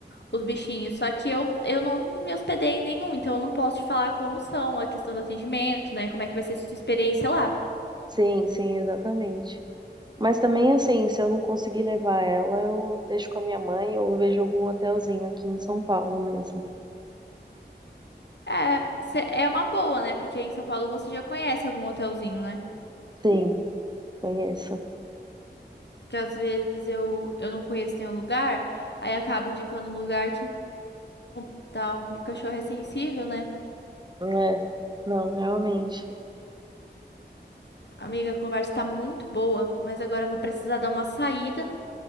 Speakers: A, on the left (about 70°); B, on the right (about 25°).
A: os bichinhos. Só que eu, eu não me hospedei em nenhum, então eu não posso te falar como são a questão do atendimento, né? Como é que vai ser sua experiência lá.
B: Sim, sim, exatamente. Mas também, assim, se eu não conseguir levar ela, eu deixo com a minha mãe ou vejo algum hotelzinho aqui em São Paulo mesmo.
A: É, cê- é uma boa, né? Porque aí em São Paulo você já conhece algum hotelzinho, né?
B: Sim, conheço.
A: Que às vezes eu, eu não conheço nenhum lugar, aí acaba indicando um lugar que não tal. E o cachorro é sensível, né?
B: É. Não, realmente.
A: Amiga, a conversa tá muito boa, mas agora eu vou precisar dar uma saída.